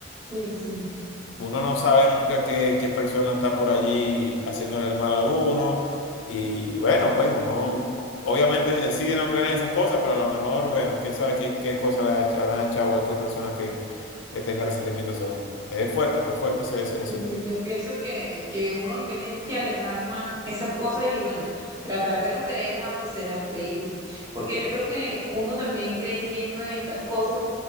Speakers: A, on the right; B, on the left.
A: Sí, sí.
B: Uno no sabe nunca qué, qué persona está por allí haciéndole el mal a uno. Y bueno, pues uno obviamente decide no creer en esas cosas, pero a lo mejor, bueno, quién sabe qué, qué cosas le ha- habrán echado a cualquier persona que, que tenga resentimientos a uno. Es fuerte, pues fuerte ese, ese,
A: Sí,
B: ese
A: sí,
B: tema.
A: yo pienso que, que uno lo que tiene es que alejar más esas cosas y bueno, tratar de no creerlas aunque se vean creíbles. Porque yo creo que uno también creyendo en estas cosas